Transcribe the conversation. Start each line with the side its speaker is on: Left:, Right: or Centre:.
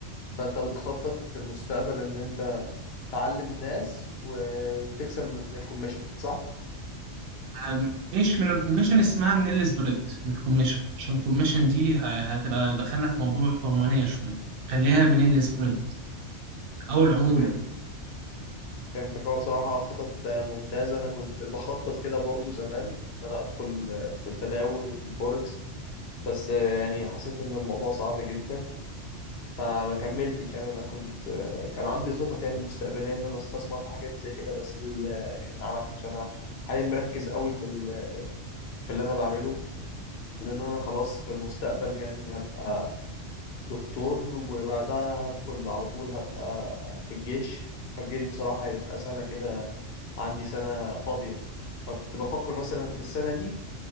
Left: فانت بتخطط في المستقبل ان انت تعلم ناس و- وتكسب من الكوميشن صح؟
Right: أم- مش من الكوميشن اسمها من السبريد من الكوميشن عشان الكوميشن دي ه- هتبقى دخلنا في موضوع حرمانية شوية خليها من السبريد أو العمولة
Left: فهمت فهمتك هو بصراحة خطط آه، ممتازة أنا كنت بخطط كده برضو زمان إن أنا أدخل آه، في التداول وفي الفوركس بس آه، يعني حسيت إن الموضوع صعب جدا فما كملتش يعني أنا كنت آه، كان عندي خطط يعني مستقبلية إن أنا أستثمر في حاجات زي كده بس ال- آه، يعني ما عملتش أنا حاليا مركز قوي في ال- آه، في اللي أنا بعمله لأن أنا خلاص في المستقبل يعني هبقى دكتور وبعدها هدخل على طول هبقى في الجيش فالجيش بصراحة هيبقى سنة كده عندي سنة فاضية فكنت بفكر مثلا في السنة دي